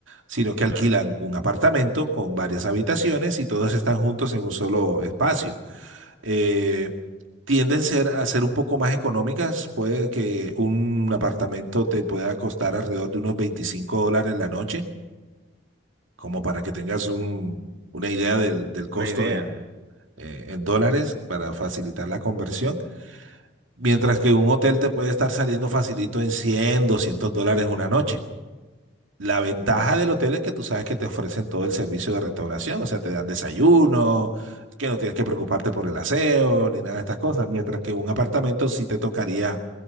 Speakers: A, on the right; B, on the right.
A: sino que
B: Claro.
A: alquilan un apartamento con varias habitaciones y todos están juntos en un solo espacio. Eh, tienden ser, a ser un poco más económicas, puede que un apartamento te pueda costar alrededor de unos 25 dólares la noche, como para que tengas un- una idea del, del costo
B: Una idea.
A: eh, en dólares para facilitar la conversión, mientras
B: Sí.
A: que un hotel te puede estar saliendo facilito en 100, 200 dólares una noche. La ventaja
B: Wow.
A: del hotel es que tú sabes que te ofrecen todo el servicio de restauración, o sea, te dan desayuno, que no tienes que preocuparte por el aseo ni nada de estas cosas, mientras que un apartamento sí te tocaría